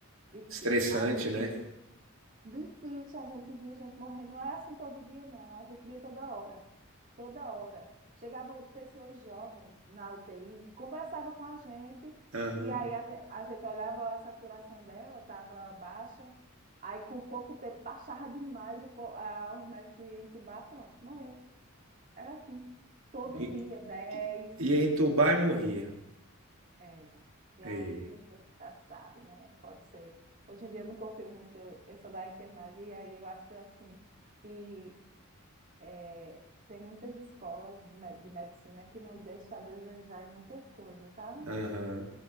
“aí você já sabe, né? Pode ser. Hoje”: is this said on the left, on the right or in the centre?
Right